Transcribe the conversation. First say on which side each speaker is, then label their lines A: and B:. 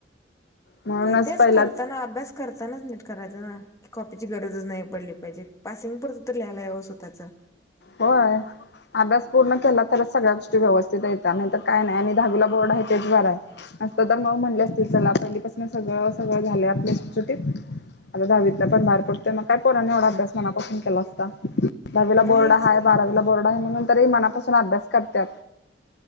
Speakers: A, on the left (about 65°); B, on the left (about 20°).
A: म्हणूनच
B: क तेच
A: पहिला
B: करताना अभ्यास करतानाच नीट करायचं ना की कॉपीची गरजच नाही पडली पाहिजे पासिंग परत लियला यावं स्वतचं
A: होय अभ्यास पूर्ण केला तरच सगळ्या गोष्टी व्यवस्थित येतात नाहीतर काय नाही आणि दहावीला बोर्ड आहे तेचवरर आहे असत तर मग म्हटले असतील चला पहिलीपासून सगळं सगळं झालं आपल सुटसुटीत आता दहावीतल्या पण बाहेर पडत मग काय पोरने एवढा अभ्यास मनापासून केला असता दहावीला बोर्ड
B: नाहीच की
A: दहावीलाबोर्ड आहे म्हणून तरी मनापासून अभ्यास करतात